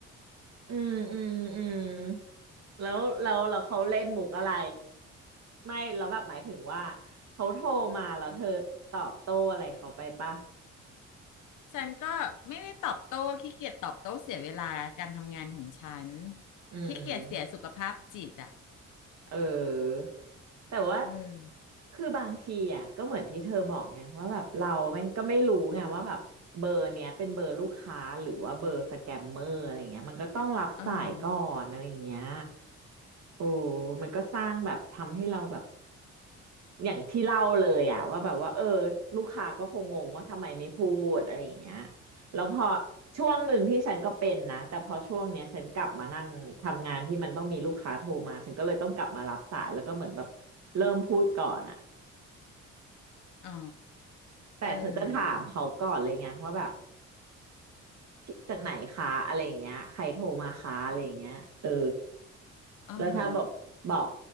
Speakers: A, on the right; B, on the left.
A: อืมอืมอืมแล้วแล้วแล้วเขาเล่นมุกอะไรไม่แล้วแบบหมายถึงว่าเขาโทรมาแล้วเธอตอบโต้อะไรเขาไปปะ
B: ๆฉันก็ไม่ได้ตอบโต้ขี้เกียจตอบโต้เสียเวลาการทำงานของฉัน
A: อืม
B: ขี้เกียจเสียสุขภาพจิตอ่ะ
A: เออแต่ว่า
B: อืม
A: คือบางทีอ่ะก็เหมือนที่เธอบอกไงว่าแบบเราแม่งก็ไม่รู้ไงว่าแบบเบอร์เนี้ยเป็นเบอร์ลูกค้าหรือว่าเบอร์สแกมเมอร์อะไรเงี้ยมันก็ต้องรับสายก่อนอะไรอย่างเงี้ย
B: อ๋อฮะ
A: โอ้มันก็สร้างแบบทำให้เราแบบอย่างที่เล่าเลยอะว่าแบบว่าเออลูกค้าก็คงงงว่าทำไมไม่พูดอะไรอย่างเงี้ยแล้วพอช่วงหนึ่งที่ฉันก็เป็นนะแต่พอช่วงเนี้ยฉันกลับมานั่งทำงานที่มันต้องมีลูกค้าโทรมาฉันก็เลยต้องกลับมารับสายแล้วก็เหมือนแบบเริ่มพูดก่อนอะ
B: อ๋อ
A: แต่ฉันจะถามเขาก่อนเลยไงว่าแบบ
B: เออ
A: ที่จากไหนคะอะไรอย่างเงี้ยใครโทรมาคะอะไรอย่างเงี้ยเออ
B: อ๋อฮะ
A: แล้วถ้าแบบบอก